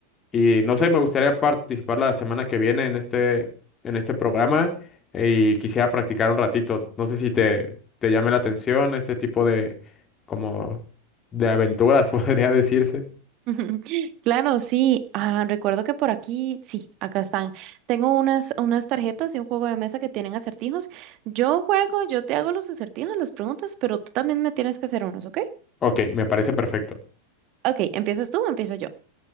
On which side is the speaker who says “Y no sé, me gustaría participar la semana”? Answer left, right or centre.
Left